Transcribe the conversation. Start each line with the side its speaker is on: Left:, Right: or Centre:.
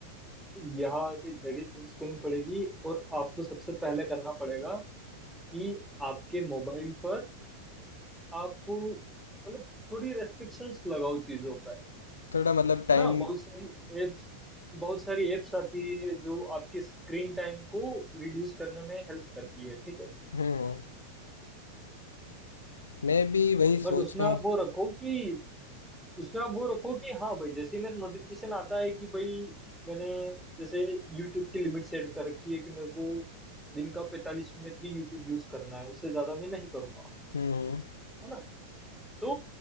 Centre: यहाँ की जगह चेंज करनी पड़ेगी और आपको सबसे पहले करना पड़ेगा कि आपके मोबाइल पर आप मतलब थोड़ी रेस्ट्रिक्शंस लगाओ चीजों पर
Left: थोड़ा मतलब टाइम
Centre: है ना बहुत सारी एप्स बहुत सारी एप्स आती है जो आपके स्क्रीन टाइम को रिड्यूस करने में हेल्प करती है ठीक है
Left: हम्म हम्म, मैं भी वही
Centre: बट
Left: सोच
Centre: उसमें
Left: रहा
Centre: आप
Left: हूँ
Centre: वो रखो कि उसमें आप वो रखो कि हाँ भाई जैसे ही मेरा नोटिफिकेशन आता है कि भाई मैंने जैसे यूट्यूब की लिमिट सेट कर रखी है कि मेरे को दिन का पैंतालीस मिनट ही यूट्यूब यूज करना है उससे ज्यादा मैं नहीं करूंगा
Left: हम्म हम्म,
Centre: है ना तो